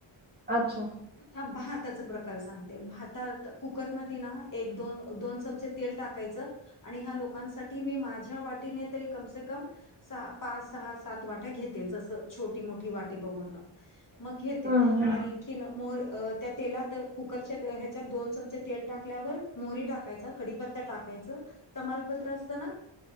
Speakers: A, on the right; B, on the left.
A: अच्छा
B: आता बहतच प्र सांगते भातात कुकर म ना एक दोन दोन चमचे तेल टाकायचं. आणि ह्या लोकांसाठी मी माझ्या वाटीने तरी कमसे कम सहा पाच सहा सात वाट्या घेते जसं छोटी मोठी वाटी बघणं मग घेते
A: हम्म हम्म
B: आणखी मोर त्या तेलात कुकरच्या ह्याच्यात दोन चमचे तेल टाकल्यावर मोहरी टाकायच कडीीपत्ता टाकायच तमालपत्र असतना